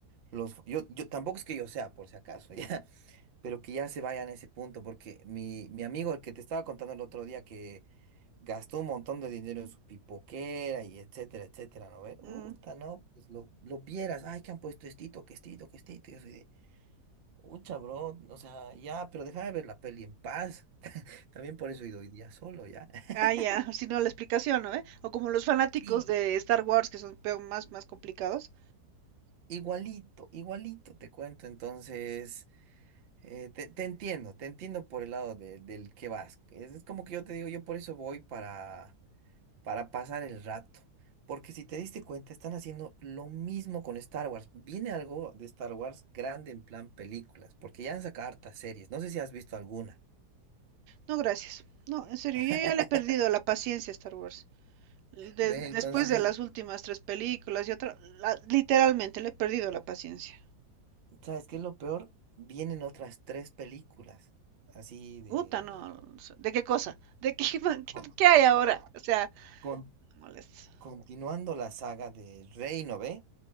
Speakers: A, on the right (about 50°); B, on the right (about 85°).
A: los... Yo, yo tampoco es que yo sea, por si acaso, <laughs> ya, pero que ya se vayan a ese punto, porque mi, mi amigo, el que te estaba contando el otro día que Gastó un montón de dinero en su pipoquera y etcétera, etcétera, ¿no ve Uta,
B: Mm,
A: no, pues lo, lo vieras, ay, que han puesto estito, que estito, que estito. Y yo soy de, ucha, bro, o sea, ya, pero déjame ver la peli en paz. <laughs> También por eso he ido hoy día solo, ¿ya? <laughs>
B: Ah, ya, <laughs> si no la explicación, ¿no? ¿Eh? O como los fanáticos
A: Sí,
B: de Star Wars que son peor- más, más complicados.
A: igualito, igualito, te cuento. Entonces, eh, te, te entiendo, te entiendo por el lado de- del que vas. Es, es como que yo te digo, yo por eso voy para. para pasar el rato. Porque si te diste cuenta, están haciendo lo mismo con Star Wars. Viene algo de Star Wars grande en plan películas, porque ya han sacado hartas series. No sé si has visto alguna.
B: No, gracias. No, en serio,
A: <laughs>
B: yo ya le he perdido la paciencia a Star Wars. De-
A: Ve,
B: después
A: entonces,
B: de las últimas tres películas y otra, la- literalmente le he perdido la paciencia.
A: ¿sabes qué es lo peor? Vienen otras tres películas, así de...
B: Uta, no. o sea, ¿De qué cosa? ¿De qué, <laughs>
A: con-
B: qué, qué hay ahora? O sea,
A: con-
B: no molesta.
A: continuando la saga de Rey, ¿no ve?